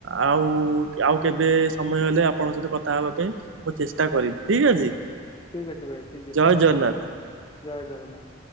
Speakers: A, on the right; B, on the left.
A: ଆଉ ଆଉ କେବେ ସମୟ ହେଲେ ଆପଣଙ୍କ ସହିତ କଥା ହେବା ପାଇଁ ମୁଁ ଚେଷ୍ଟା କରିିବି। ଠିକ୍ ଅଛି।
B: ଠିକ୍ ଅଛି ଭାଇ। ଠିକ୍ ଅଛି।
A: ଜୟ ଜଗନ୍ନାଥ।
B: ଜୟ ଜଗନ୍ନାଥ।